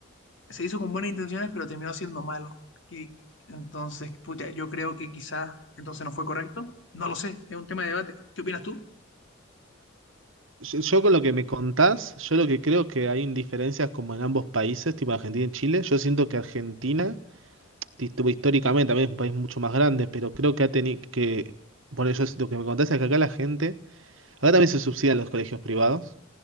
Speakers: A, on the left; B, on the right.
A: se hizo con buenas intenciones, pero terminó siendo malo. Y entonces, puta, yo creo que quizás entonces no fue correcto. No lo sé, es un tema de debate. ¿Qué opinas tú?
B: Yo, yo con lo que me contás, yo lo que creo que hay indiferencias como en ambos países, tipo Argentina y Chile, yo siento que Argentina tipo, históricamente también es un país mucho más grande, pero creo que ha tenido que, por eso es- lo que me contás es que acá la gente, acá también se subsidian los colegios privados,